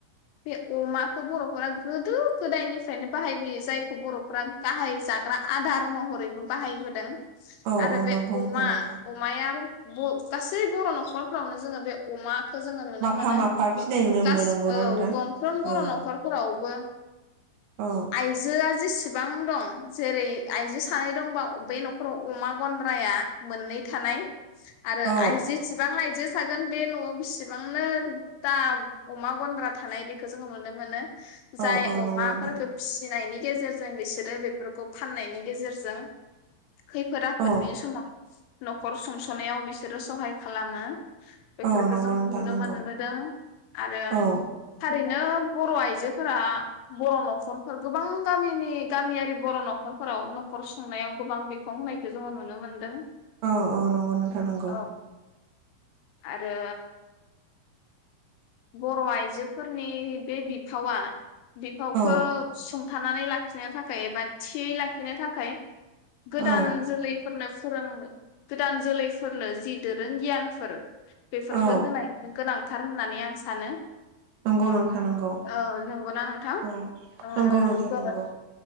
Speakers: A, on the left; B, on the right.
A: बे अमाखौ बर'फोरा गोदो गोदायनिफ्रायनो बाहायबोयो जायखौ बर'फोरा गाहाय जाग्रा आदार महरैबो बाहायबोदों आरो
B: औ औ
A: बे
B: नंगौ नोंथां
A: अमा
B: नंगौ
A: अमाया गासै बर' न'खरफ्रावनो जोङो बे अमा खौ जोङो नुनो
B: माफा
A: मोनो
B: माफा फिनाय नुनो मोनो
A: गास
B: नंगौना
A: औ
B: नोंथां
A: गंफ्रोम बर'
B: औ
A: न'खरफोरावबो
B: औ
A: आइजोआ जेसेब इसेबां दं जेरै आइजो सानै दंबा बे न'खराव अमा गन्द्राया मोननै थानाय आरो
B: औ
A: आइजोसेबां आइजो थागोन बे न'आव बेसेबांनो दा अमा गन्द्रा थानाय बेखौ जोङो नुनो मोनो
B: औ
A: जाय
B: औ
A: अमाफोरखो
B: नंगौ नोंथां
A: फि फिनायनि गेजेरजों बिसोरो बेफोरखौ फाननायनि गेजेरजों खैफोद आफोदनि
B: औ
A: समाव न'खर सुंस'नायाव बिसोरो सहाय खालामो बेफोरखौ
B: औ नंगौ
A: जों
B: नोंथां
A: नुनो
B: नंगौ
A: मोनबोदों आरो
B: औ
A: ओरैनो बर' आइजोफोरा बर' न'खरफोर गोबां गामिनि गामियारि बर' न'खरफोराव न'खर सुंनायाव गोबां बिफां होनायखौ जोङो नुनो मोनदों
B: औ औ नंगौ नोंथां नंगौ
A: औ आरो बर' आइजोफोरनि बे बिफावा बिफावखौ
B: औ
A: सुंथानानै लाखिनो थाखाय एबा थियै लाखिनो थाखाय गोदान
B: औ
A: जोलैफोरनो फोरों गोदान जोलैफोरनो जि दोरों गियानफोर बेफोरखौ
B: औ
A: होनाय गोनां थार होननानै आं सानो
B: नंगौ नोंथा नंगौ
A: औ नंगौना नोंथां
B: औ
A: ओ
B: नंगौ
A: ओ
B: नोंथा नंगौ